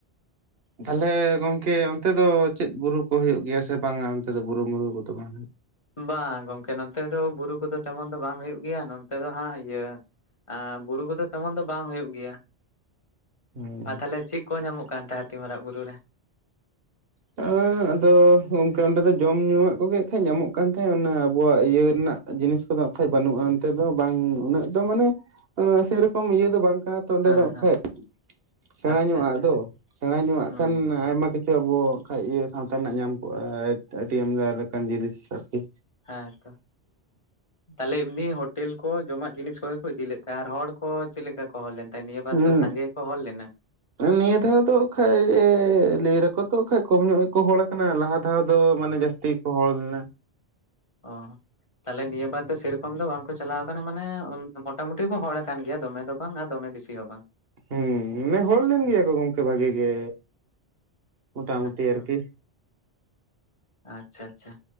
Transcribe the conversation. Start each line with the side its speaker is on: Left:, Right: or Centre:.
Right: ᱛᱟᱦᱚᱞᱮ ᱜᱚᱝᱠᱮ ᱚᱱᱛᱮ ᱫᱚ ᱪᱮᱫ ᱵᱩᱨᱩ ᱠᱚ ᱦᱩᱭᱩᱜ ᱜᱮᱭᱟ ᱥᱮ ᱵᱟᱝᱟ ᱚᱱᱛᱮ ᱫᱚ ᱵᱩᱨᱩ ᱢᱩᱨᱩ ᱠᱚᱫᱚ ᱵᱟᱝ?
Left: ᱵᱟᱝ ᱜᱚᱝᱠᱮ ᱱᱚᱛᱮ ᱫᱚ ᱵᱩᱨᱩ ᱠᱚᱫᱚ ᱛᱮᱢᱚᱱ ᱫᱚ ᱵᱟᱝ ᱦᱩᱭᱩᱜ ᱜᱮᱭᱟ, ‌ᱱᱚᱱ ᱛᱮ ᱫᱚ ᱦᱟᱸᱜ ᱤᱭᱟᱹ ᱵᱩᱨᱩ ᱠᱚᱫᱚ ᱛᱮᱢᱚᱱ ᱫᱚ ᱵᱟᱝ ᱦᱩᱭᱩᱜ ᱜᱮᱭᱟ᱾
Right: ᱦᱩᱸ
Left: ᱟᱨ ᱛᱟᱦᱞᱮ ᱪᱮᱫ ᱠᱚ ᱧᱟᱢᱚᱜ ᱠᱟᱱ ᱛᱟᱦᱮᱸ ᱦᱟᱹᱛᱤ ᱢᱟᱨᱟᱜ ᱵᱩᱨᱩ ᱨᱮ?
Right: ᱦᱮᱸ ᱟᱫᱚ ᱜᱚᱢᱠᱮ ᱚᱸᱰᱮ ᱫᱚ ᱡᱚᱢ ᱧᱩᱣᱟᱜ ᱠᱚᱜᱮ ᱠᱷᱟᱡ ᱧᱟᱢᱚᱜ ᱠᱟᱱ ᱛᱟᱦᱮᱸᱫ ᱚᱱᱟ ᱟᱵᱚᱣᱟᱜ ᱤᱭᱟᱹ ᱨᱮᱱᱟᱜ ᱡᱤᱱᱤᱥ ᱠᱚᱫᱚ ᱟᱠᱷᱟᱡ ᱵᱟᱹᱱᱩᱜᱼᱟ ᱚᱱᱛᱮ ᱫᱚ ᱵᱟᱝ ᱩᱱᱟᱹᱜ ᱫᱚ ᱢᱟᱱᱮ ᱥᱮ ᱨᱚᱠᱚᱢ ᱤᱭᱟᱹ ᱫᱚ ᱵᱟᱝ ᱠᱟᱱᱟ! ᱛᱚ ᱚᱸᱰᱮ
Left: ᱦᱮᱸ
Right: ᱫᱚ
Left: ᱦᱮᱸ
Right: ᱠᱷᱟᱡ ᱥᱮᱬᱟ
Left: ᱟᱪᱪᱷᱟ
Right: ᱧᱚᱜᱼᱟᱜ
Left: ᱟᱪᱪᱷᱟ
Right: ᱫᱚ ᱥᱮᱬᱟ ᱧᱚᱜᱼᱟᱜ
Left: ᱦᱩᱸ
Right: ᱠᱷᱟᱱ ᱟᱭᱢᱟ ᱠᱤᱪᱷᱩ ᱟᱵᱚ, ᱵᱟᱠᱷᱟᱡ ᱤᱭᱟᱹ ᱥᱟᱶᱛᱟ ᱨᱮᱱᱟᱜ ᱧᱟᱢ ᱠᱚᱜᱼᱟ ᱟᱹᱰᱤ ᱟᱢᱫᱟ ᱞᱮᱠᱟᱱ ᱡᱤᱱᱤᱥ ᱟᱨᱠᱤ᱾
Left: ᱦᱮᱸᱛᱚ ᱛᱟᱦᱚᱞᱮ ᱮᱢᱱᱤ ᱦᱳᱴᱮᱞ ᱠᱚ ᱡᱚᱢᱟᱜ ᱡᱤᱱᱤᱥ ᱠᱚᱜ ᱠᱚ ᱤᱫᱤ ᱞᱮᱫ ᱛᱟᱦᱮᱸ? ᱟᱨ ᱦᱚᱲ ᱠᱚ ᱪᱮᱫ ᱞᱮᱠᱟ ᱠᱚ ᱦᱚᱲ ᱞᱮᱱ ᱛᱟᱦᱮᱸ ᱱᱤᱭᱟᱹ ᱵᱟᱨ
Right: ᱦᱩᱸ
Left: ᱫᱚ ᱥᱟᱸᱜᱮ ᱜᱮ ᱠᱚ ᱦᱚᱲ ᱞᱮᱱᱟ?
Right: ᱱᱤᱭᱟᱹ ᱫᱷᱟᱣ ᱫᱚ ᱠᱷᱟᱱ ᱞᱟᱹᱭ ᱫᱟᱠᱚ ᱛᱚ ᱠᱷᱟᱱ ᱠᱚᱢ ᱧᱚᱜ ᱜᱮ ᱠᱚ ᱦᱚᱲ ᱟᱠᱟᱱᱟ ᱞᱟᱦᱟ ᱫᱷᱟᱣ ᱫᱚ ᱢᱟᱱᱮ ᱡᱟᱹᱥᱛᱤ ᱜᱮ ᱠᱚ ᱦᱚᱲ ᱞᱮᱱᱟ᱾
Left: ᱚᱻ ᱛᱟᱦᱚᱞᱮ ᱱᱤᱭᱟᱹ ᱵᱟᱨ ᱫᱚ ᱥᱮ ᱨᱚᱠᱚᱢ ᱫᱚ ᱵᱟᱝ ᱠᱚ ᱪᱟᱞᱟᱣ ᱟᱠᱟᱱᱟ ᱢᱟᱱᱮ ᱢᱚᱴᱟ ᱢᱩᱴᱤ ᱠᱚ ᱦᱚᱲ ᱠᱟᱱ ᱜᱮᱭᱟ ᱫᱚᱢᱮ ᱫᱚ ᱵᱟᱝᱼᱟ ᱫᱚᱢᱮ ᱵᱤᱥᱤ ᱦᱚᱸ ᱵᱟᱝ᱾
Right: ᱦᱮᱸ ᱢᱟᱱᱮ ᱦᱚᱲ ᱞᱮᱱ ᱜᱮᱭᱟ ᱠᱚ ᱜᱚᱝᱠᱮ ᱵᱷᱟᱜᱤ ᱜᱮ ᱢᱚᱴᱟ
Left: ᱦᱮᱸ
Right: ᱢᱩᱴᱤ ᱟᱨᱠᱤ᱾
Left: ᱛᱚ ᱟᱪᱪᱷᱟ ᱟᱪᱪᱷᱟ